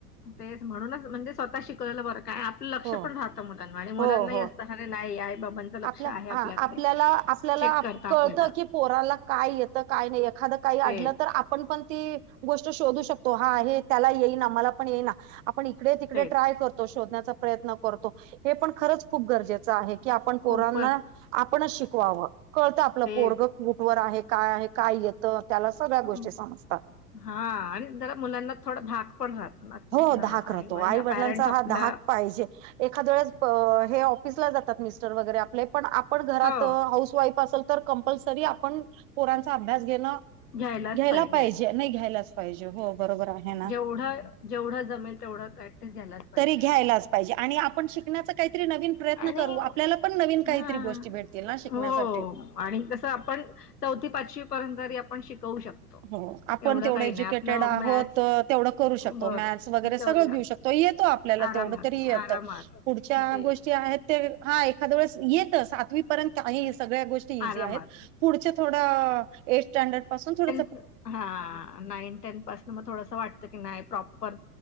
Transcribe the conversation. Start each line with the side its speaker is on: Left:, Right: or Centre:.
Left: तेच म्हणूनच म्हणजे स्वतः शिकवलं बरं काय आप लक्ष
Right: हो
Left: पण राहत मुलांवर आणि मुलांनाही
Right: हो हो
Left: असतं अरे नाही आई बाबांचं लक्ष
Right: आपल्या
Left: आहे
Right: हा
Left: आपल्याकडे.
Right: आपल्याला आपल्याला
Left: चेक करता
Right: कळत
Left: आपल्याला
Right: की पोराला काय येत काय नाही एखाद काही
Left: तेच
Right: अडलं तर आप आपण पण ती गोष्ट शोधू शकतो हा हे त्याला येई ना मला पण येईल ना आप पण इकडे तिकडे
Left: तेच
Right: ट्राय करतो शोधण्याचा प्रयत्न करतो हे पण खरंच खूप गरजेचं आहे. की आपण
Left: खूपच
Right: पोरांना आपणच शिकवावं. कळतं आपलं
Left: तेच
Right: पोरग कुटवर आहे काय आहे काय येतं त्याला सगळ्या
Left: अं,
Right: गोष्टी समजतात.
Left: हा आणि जरा मुलांना थोडा धाक पण राहतो ना की
Right: हो
Left: हा
Right: धाक राहतो
Left: वडील
Right: आई वडिलांचा
Left: पॅरेंट्स
Right: हा
Left: आपला
Right: धाक पाहिजे. एखाद्या वेळेस प अ हे ऑफिसला जातात मिस्टर वगैरे आपले पण आपण घरात
Left: हो
Right: हाऊस वाईफ असल तर कंपलसरी आपण पोरांचा अभ्यास घेणं
Left: घ्यायलाच
Right: घ्यायला पाहिजे
Left: आणि
Right: नाही घ्यायलाच पाहिजे हो बरोबर आहे ना.
Left: पुढ जेवढं जमल तेवढं त ऍटलीस्ट घ्यायालाच
Right: तरी घ्यायलाच पाहिजे आणि आपण शिकण्याचा काहीतरी नवीन प्रयत्न
Left: आणि
Right: करू आपल्याला पण नवीन
Left: हां.
Right: काहीतरी गोष्टी भेट तील ना शिकण्यासाठी
Left: हो आणि कसं आपण चौथी पाचवी पर्यंतरी आपण शिकवू शकतो
Right: हो आपण
Left: एवढं
Right: तेवढं
Left: काही
Right: एज्युकेटेड
Left: नाही आपलं
Right: आहोत
Left: मॅथ्स
Right: तेवढं करू शकतो
Left: बरं
Right: मॅथ्स वगैरे
Left: करू
Right: सगळं घेऊ शकतो येतो आपण आपल्याला
Left: आरामात,
Right: तेवढ तरी येतं
Left: आरामात
Right: पुढच्या
Left: तेच
Right: गोष्टी आहेत ते हा एखाद्या वेळेस येत सातवी पर्यंत काही सगळ्या गोष्टी इझी
Left: आरामात.
Right: आहेत पुढचे थोडं एट स्टॅंडर्ड पासून थोडं
Left: हान नाईन टेन मग थोडसं वाटतं की नाही प्रॉपर